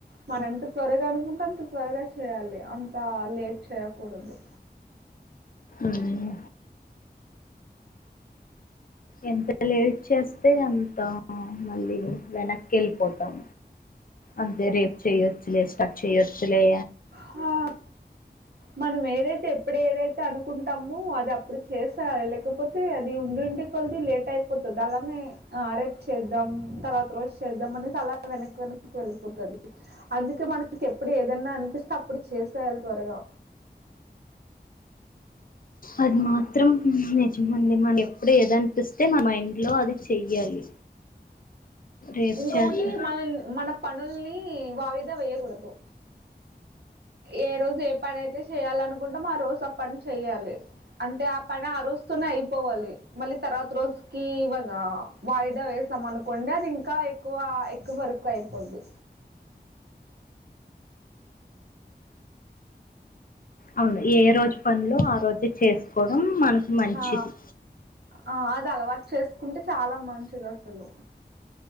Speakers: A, on the right; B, on the left.
A: మనెంత త్వరగా అనుకుంటే అంత త్వరగా చేయాలి అంతా లేట్ చేయకూడదు.
B: ఉమ్ ఎంత లేట్ చేస్తే అంత మళ్ళీ వెనక్కెళ్ళిపోతం. అంతే రేపు చెయొచ్చులే స్టట్ చేయచ్చులే
A: హా మనం ఏదైతే ఎప్పుడు ఏదైతే అనుకుంటామో అది అప్పుడు చేసాలె లేకపోతే తే అది ఉండి ఉండి కొల్ది లేట్ అయిపోతది అలానే ఆ రేప్ చేద్దాం తర్వాత రోజు చేద్దాం అనేసి అలా గనుకొని వెళ్ళిపోతది అందుకే మనకి ఎప్పుడు ఏదన్నా అనిపిస్ డ్ అప్పుడు చేసేయాలి త్వరగా
B: అది మాత్రం నిజమండి మనెప్పుడేదం పిస్తే మా మైండ్లో అది చెయ్యాలి రేపు
A: ఇంకొకటి
B: చేద్దాం
A: మనల్ మన పనుల్ని వాయిదా వెయ్యగూడదు. ఏ రోజు ఏ పనైతే చేయాలనుకుంటమో ఆ రోజు ఆ పని చెయ్యాలి. అంటే ఆ పని ఆ రోజుతోనే అయిపోవాలి. మళ్ళీ తర్వాత రోజుకి ఇగా వాయిదా వేసిన అనకోండి అది ఇంకా ఎక్కువ ఎక్కువ వరకు అయిపోద్ది.
B: అవున్ ఏ రోజు పనులు ఆ రోజే చేసుకోడం మనకు మంచిది.
A: ఆ ఆ అది అలవాటు చేసుకుంటే చాలా మంచిది అసలు